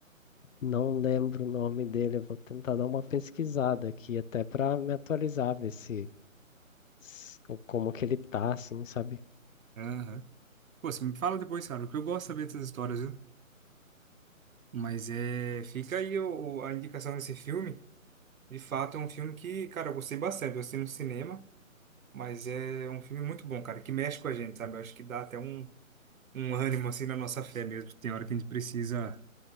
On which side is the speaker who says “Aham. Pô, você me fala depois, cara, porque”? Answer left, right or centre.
Right